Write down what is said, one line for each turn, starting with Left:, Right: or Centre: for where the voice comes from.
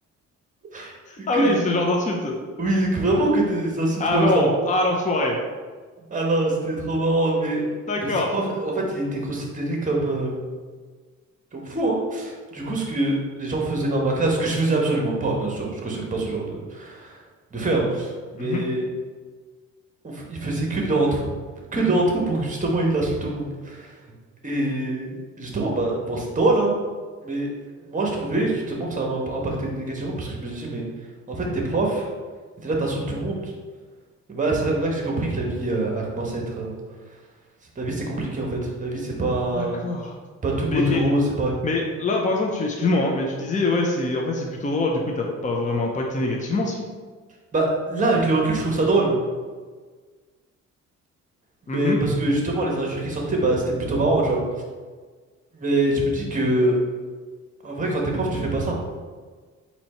Right: <laughs> que
Left: Ah
Right: que
Left: oui,
Right: des-
Left: ce genre d'insulte.
Right: oui, que- vraiment que des insultes
Left: Ah
Right: comme
Left: non.
Right: ça.
Left: Ah l'enfoiré.
Right: Ah non, c'était trop marrant. Mais,
Left: D'accord.
Right: mais ce prof, en fait, il était considéré comme, euh, comme fou, hein. Du coup, ce que les gens faisaient dans ma classe, ce que je faisais absolument pas, bien sûr, je cautionne pas ce genre de, de fait, hein. Mais
Left: Mhm.
Right: on f- ils faisaient que de leur en tout. Que de leur en tout pour que justement il insulte tout le monde. Et justement, bah, bon, c'est drôle, hein, mais moi je trouvais justement que ça m'a impacté négativement parce que je me suis dit, mais en fait, t'es prof, et t'es là, t'insultes tout le monde. Et bah, c'est là, là que j'ai compris que la vie euh, a commencé à être. euh, La vie, c'est compliqué en fait. La vie, c'est pas,
Left: D'accord.
Right: pas tout beau,
Left: Mais,
Right: tout
Left: et-
Right: rose, c'est pas.
Left: mais là, par exemple, tu, excuse-moi, hein, mais tu disais, ouais, c'est, en fait, c'est plutôt drôle. Du coup, il t'a pas vraiment impacté négativement, si.
Right: Bah, là, avec le recul, je trouve ça drôle, mais
Left: Mhm.
Right: parce que justement, les injures qui sortaient, bah, c'était plutôt marrant, tu vois. Mais je me dis que, en vrai, quand t'es prof, tu fais pas ça.